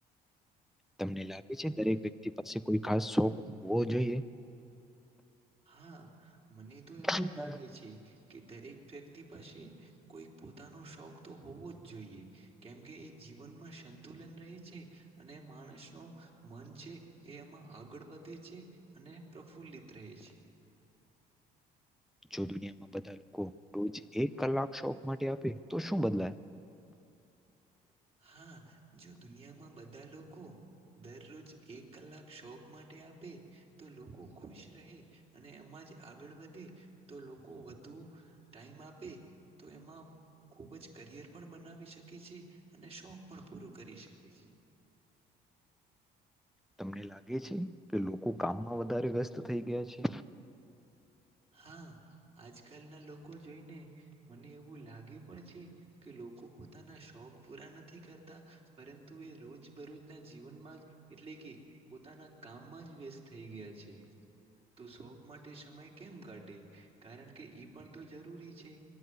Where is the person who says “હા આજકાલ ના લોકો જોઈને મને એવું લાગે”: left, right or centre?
Right